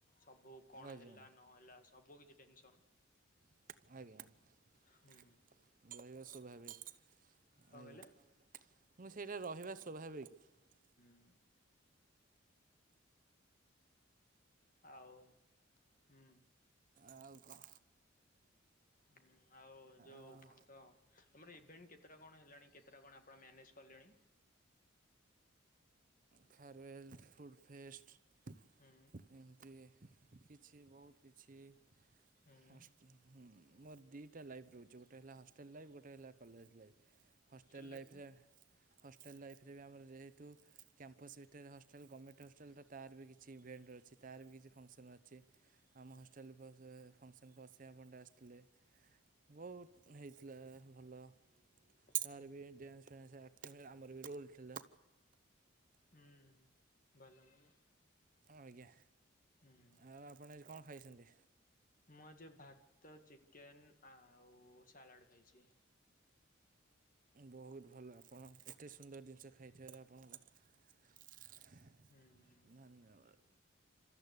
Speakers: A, on the left; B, on the right.
A: ସବୁ କଣ
B: ଆଜ୍ଞା
A: ହେଲା ନହେଲା ସବୁକିଛି ଟେନସନ୍।
B: ଆଜ୍ଞା ରହିବା
A: ହୁଁ
B: ସ୍ୱାଭାବିକ୍। ଆଜ୍ଞା
A: କଣ କହିଲେ
B: ମୁଁ ସେଇଟା ରହିବା ସ୍ୱାଭାବିକ।
A: ହୁଁ। ଆଉ ହୁଁ।
B: ଆଉ କ'ଣ
A: ହୁଁ ଆଉ ଯୋଉ
B: ଆଉ
A: କଣ ତ ତମର ଇଭେଣ୍ଟ କେତେଟା କଣ ହେଲାଣି କେତେଟା କଣ ଆପଣ ମ୍ୟାନେଜ୍ କଲ୍ୟାଣୀ।
B: ଫେଆରୱେଲ୍, ଫୁଡ଼ପେଷ୍ଟ
A: ହୁଁ
B: ଏମିତି କି କିଛି ବହୁତ୍ କିଛି
A: ହୁଁ
B: ଫାଷ୍ଟ ହୁଁ। ମୋର ଦିଟା ଲାଇଫ୍ ରହୁଛି ଗୋଟେ ହେଲା ହଷ୍ଟେଲ ଲାଇଫ୍ ଗୋଟେ ହେଲା college life. Hostel
A: life
B: life
A: କଣ
B: ରେ ହଷ୍ଟେଲ ଲାଇଫ୍ ରେ ରେ ବି ଆମର ଯେହେତୁ କ୍ୟାମ୍ପସ୍ ହଷ୍ଟେଲ ଗମେଣ୍ଟ୍ ହଷ୍ଟେଲ ତାର ବି କିଛି ଇଭେଣ୍ଟ୍ ଅଛି ତାର ବି କିଛି ଫଙ୍କସନ୍ ଅଛି ଆମ ହଷ୍ଟେଲ ଫଙ୍କସନ୍ ଅସୀମା ପଣ୍ଡା ଆ ଥିଲେ ବହୁତ୍ ହେଇଥିଲା ଭଲ ତାର
A: ହୁଁ
B: ବି ଡ୍ୟାନ୍ସ ଫ୍ୟାନ୍ସ ଆକ୍ଟିଂ ଆମର ବି ରୋଲ ଥିଲା।
A: ହୁଁ ଭଲ ଭଲ।
B: ଆଜ୍ଞା।
A: ହୁଁ।
B: ଆଉ ଆପଣ ଆଜି କ'ଣ ଖାଇଛନ୍ତି।
A: ମୁଁ ଯେ ଭାତ ଚିକେନ୍ ଆଉ ସାଲାଡ଼ ଖାଇଛି।
B: ବହୁତ୍ ଭଲ ଆପଣ ଏତେ ସୁନ୍ଦର ଜିନିଷ ଖାଇଥିବାର ଆପଣ
A: ହୁଁ।
B: ଧନ୍ୟବାଦ।